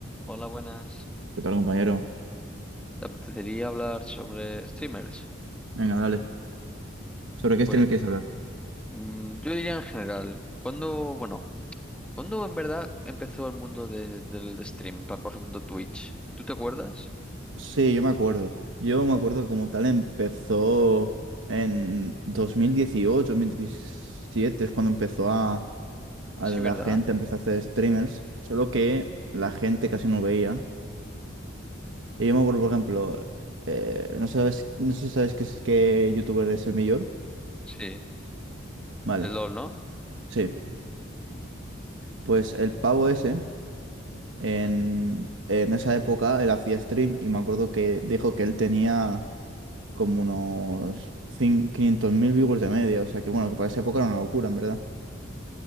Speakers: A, in the centre; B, on the right.
A: Hola, buenas.
B: ¿Qué tal, compañero?
A: ¿Te apetecería hablar sobre streamers?
B: Venga, dale. ¿Sobre qué
A: Pues
B: streamer quieres hablar?
A: mm, yo diría en general, ¿cuándo, bueno, cuándo en verdad empezó el mundo de- del stream? Pa- Por ejemplo, Twitch. ¿Tú te acuerdas?
B: Sí, yo me acuerdo. Yo me acuerdo que como tal empezó en dos dos mil dieciocho dos mil diecisiete es cuando empezó a, a
A: Sí,
B: la
A: ¿verdad?
B: gente empezó a hacer streamers, solo que la gente casi no veía. Y yo me acuerdo, por ejemplo, eh, no sabes, no sé si sabes qué, es- qué youtuber es el mayor.
A: Sí.
B: Vale,
A: El LOL, ¿no?
B: sí. Pues el pavo ese, en,
A: Ujú.
B: en esa época, él hacía stream y me acuerdo que dijo que él tenía... como unos cin- 500.000 viewers de media. O sea que bueno, que para esa época era una locura, en verdad.